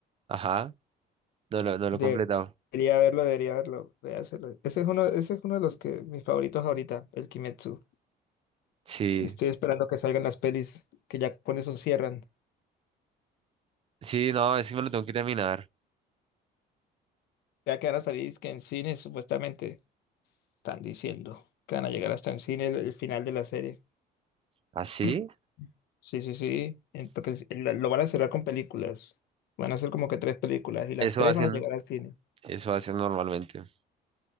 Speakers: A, on the right; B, on the left.
A: ajá, no lo, no lo
B: De-
A: he completado.
B: Debería verlo, debería verlo. Véaselo. Ese es uno, ese es uno de los que mis favoritos ahorita, el Kimetsu.
A: Sí,
B: Que estoy esperando que salgan las pelis, que ya con eso cierran.
A: sí, no, es que me lo tengo que terminar.
B: Ya que van a salir es que en cine, supuestamente, están diciendo que van a llegar hasta en cine el, el final de la serie.
A: Así,
B: <clears throat> Sí, sí, sí. en- Porque el- el- lo van a cerrar con películas. Van a hacer como que tres películas y las
A: eso
B: tres
A: hacen,
B: van a llegar al cine.
A: eso hacen normalmente.